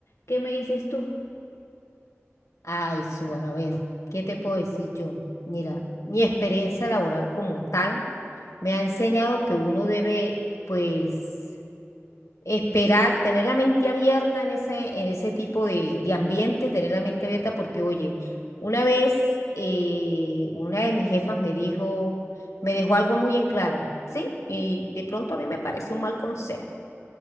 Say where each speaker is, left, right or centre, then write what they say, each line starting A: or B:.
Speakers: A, on the left; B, on the left.
A: ¿Qué me dices tú?
B: Ay, Suar, a ver, ¿qué te puedo decir yo? Mira, mi experiencia laboral como tal me ha enseñado que uno debe, pues, esperar, tener la mente abierta en ese, en ese tipo de, de ambiente, tener la mente abierta porque, oye, una vez eh, una de mis jefas me dijo, me dejó algo muy en claro, ¿sí? Y de pronto a mí me pareció un mal consejo.